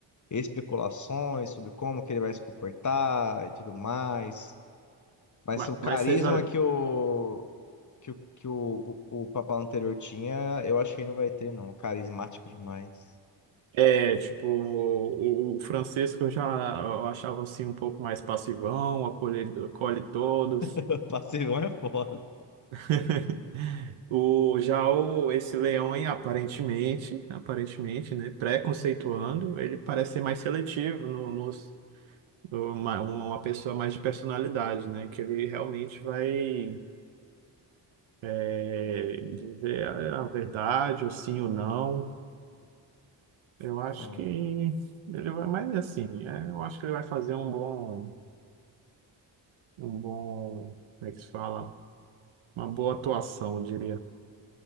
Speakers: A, on the left (about 35°); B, on the right (about 70°).
A: especulações sobre como que ele vai se comportar e tudo mais. Vai
B: Mas,
A: ser o carisma
B: mas você já,
A: que o que, o, que o, o, o papal anterior tinha, eu acho que não vai ter, não. Carismático demais.
B: É, tipo, o, o Francisco eu já eu achava assim um pouco mais passivão, acolhe, acolhe todos.
A: <laughs> Passivão é foda.
B: <laughs> O, já o, esse leão aí, aparentemente, aparentemente, né, preconceituando, ele parece ser mais seletivo no, nos- no- uma, uma pessoa mais de personalidade, né, que ele realmente vai é, dizer a, a verdade, ou sim ou não. Eu acho
A: Hum.
B: que ele vai mais assim, é, eu acho que ele vai fazer um bom um bom, como é que se fala? Uma boa atuação, eu diria.